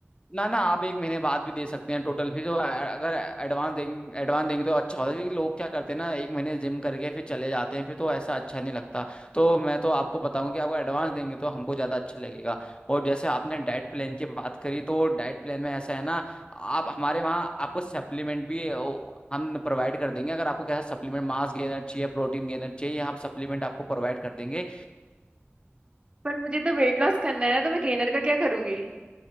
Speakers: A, on the left (about 20°); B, on the right (about 25°).
A: ना ना आप एक महीने बाद भी दे सकते हैं टोटल फीस और अ- अगर एडवांस देंगे एडवांस देंगे तो अच्छा होता है क्योंकि लोग क्या करते हैं ना एक महीने जिम करके फिर चले जाते हैं फिर तो ऐसा अच्छा नहीं लगता तो मैं तो आपको बताऊं कि आपको एडवांस देंगे तो हमको ज़्यादा अच्छा लगेगा और जैसे आपने डाइट प्लान की बात करी तो डाइट प्लान में ऐसा है ना आप हमारे वहाँ आपको सप्लीमेंट भी ओ, हम प्रोवाइड कर देंगे अगर आपको कैसा सप्लीमेंट मास गेनर चाहिए प्रोटीन गेनर चाहिए हम सप्लीमेंट आपको प्रोवाइड कर देंगे
B: पर मुझे तो वेट लॉस करना है ना तो मैं गेनर का क्या करूंगी